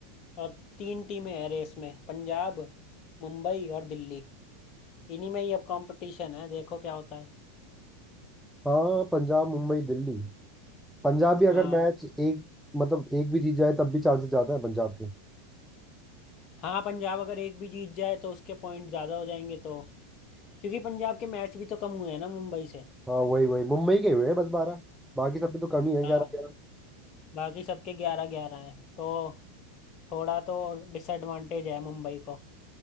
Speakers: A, on the left; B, in the centre.
A: और तीन टीमें हैं रेस में पंजाब मुंबई और दिल्ली इन्हीं में ही अब कंपटीशन है देखो क्या होता है
B: हाँ पंजाब मुंबई दिल्ली पंजाब भी अगर
A: हाँ
B: मैच एक मतलब एक भी जीत जाए तब भी चांसेस ज्यादा है पंजाब के
A: हाँ पंजाब अगर एक भी जीत जाए तो उसके पॉइंट ज़्यादा हो जाएंगे तो क्योंकि पंजाब के मैच भी तो कम हुए हैं ना मुंबई से
B: हाँ वही वही मुंबई के हुए हैं बस बारह बाकी सब में तो कमी है ग्यारह
A: हाँ
B: ग्यारह
A: बाकी सबके ग्यारह ग्यारह हैं तो थोड़ा तो डिसएडवांटेज है मुंबई को